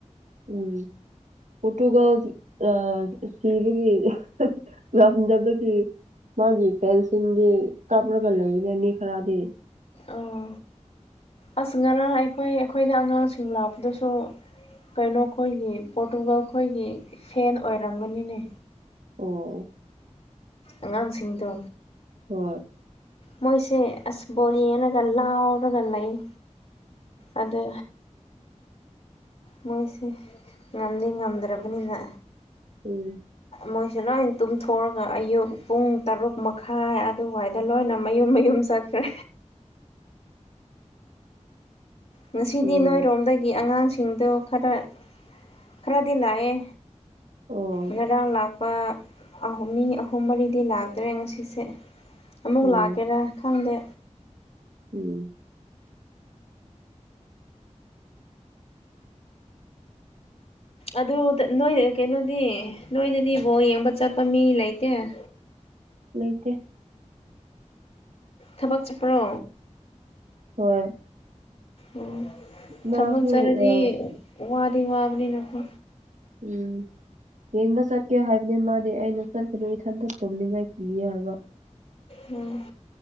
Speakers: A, on the right (about 80°); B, on the left (about 55°).
A: ꯎꯝ ꯄꯣꯇꯨꯒꯜ ꯑꯥ ꯁꯤꯕꯒꯤ ꯉꯝꯗꯕꯒꯤ ꯃꯥꯒꯤ ꯐꯦꯟꯁꯤꯡꯗꯤ ꯀꯥꯞꯂꯒ ꯂꯩꯔꯅꯤ ꯈꯔꯗꯤ
B: ꯑꯣ ꯑꯁ ꯉꯔꯥꯡ ꯑꯩꯈꯣꯏ ꯑꯩꯈꯣꯏꯗ ꯑꯉꯥꯡꯁꯤꯡ ꯂꯥꯛꯄꯗꯁꯨ ꯀꯩꯅꯣ ꯈꯣꯏꯒꯤ ꯄꯣꯔꯇꯨꯒꯜ ꯈꯣꯏꯒꯤ ꯐꯦꯟ ꯑꯣꯏꯔꯝꯒꯅꯤꯅꯦ
A: ꯑꯣ
B: ꯑꯉꯥꯡꯁꯤꯡꯗꯣ
A: ꯍꯣꯏ
B: ꯃꯣꯏꯁꯦ ꯑꯁ ꯕꯣꯜ ꯌꯦꯡꯂꯒ ꯂꯥꯎꯗꯅ ꯂꯩꯏ ꯑꯗ ꯃꯣꯏꯁꯦ ꯉꯝꯗꯤ ꯉꯝꯗ꯭ꯔꯕꯅꯤꯅ
A: ꯎꯝ
B: ꯃꯣꯏꯁꯦ ꯂꯣꯏꯅ ꯇꯨꯝꯊꯣꯛꯑꯒ ꯑꯌꯨꯛ ꯄꯨꯡ ꯇꯔꯨꯛ ꯃꯈꯥꯏ ꯑꯗꯨꯋꯥꯏꯗ ꯂꯣꯏꯅ ꯃꯌꯨꯝ ꯃꯌꯨꯝ ꯆꯠꯈ꯭ꯔꯦ ꯉꯁꯤꯗꯤ
A: ꯎꯝ
B: ꯅꯣꯏꯔꯣꯝꯗꯒꯤ ꯑꯉꯥꯡꯁꯤꯡꯗꯣ ꯈꯔ ꯈꯔꯗꯤ ꯂꯥꯛꯑꯦ
A: ꯑꯣ
B: ꯉꯔꯥꯡ ꯂꯥꯛꯄ ꯑꯍꯨꯝ ꯃꯤ ꯑꯍꯨꯝ ꯃꯔꯤꯗꯤ ꯂꯥꯛꯇ꯭ꯔꯦ ꯉꯁꯤꯁꯦ ꯁꯦ ꯑꯃꯨꯛ
A: ꯑꯣ
B: ꯂꯥꯛꯀꯦꯔꯥ ꯈꯪꯗꯦ
A: ꯎꯝ
B: ꯑꯗꯨ ꯅꯣꯏ ꯀꯩꯅꯣꯗꯤ ꯅꯣꯏꯗꯗꯤ ꯕꯣꯜ ꯌꯦꯡꯕ ꯆꯠꯄ ꯃꯤ ꯂꯩꯇꯦ ꯎꯝ
A: ꯂꯩꯇꯦ
B: ꯊꯕꯛ ꯆꯠꯄ꯭ꯔꯣ
A: ꯍꯣꯏ
B: ꯑꯣ
A: ꯃꯥꯁꯨ
B: ꯊꯕꯛ ꯆꯇꯂꯗꯤ
A: ꯑꯥ
B: ꯋꯥꯗꯤ ꯋꯥꯕꯅꯤꯅꯀꯣ
A: ꯎꯝ ꯌꯦꯡꯕ ꯆꯠꯀꯦ ꯍꯥꯏꯕꯅꯦ ꯃꯥꯗꯤ ꯑꯩꯅ ꯆꯠꯀꯅꯨ ꯏꯊꯟꯇ ꯇꯨꯝꯅꯤꯡꯉꯥꯏ ꯀꯤꯌꯦ ꯍꯥꯏꯕ
B: ꯎꯝ